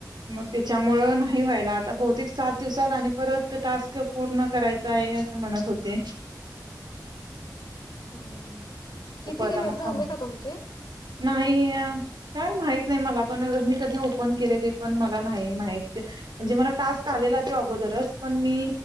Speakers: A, on the right; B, on the left.
A: मग त्याच्यामुं नाही व्हायला आता बहुतेक सात दिवसात आणि परत टास्क पूर्ण करायचं आहे असं म्हणत होते
B: हम किती
A: हो आता
B: दिवस
A: मग
B: झाले का तुमचे
A: नाही का माहित नाही मला पण मी कधी ओपन केले ते पण मला नाही माहित म्हणजे मला टास्क आलेला तो अगोदरच पण मी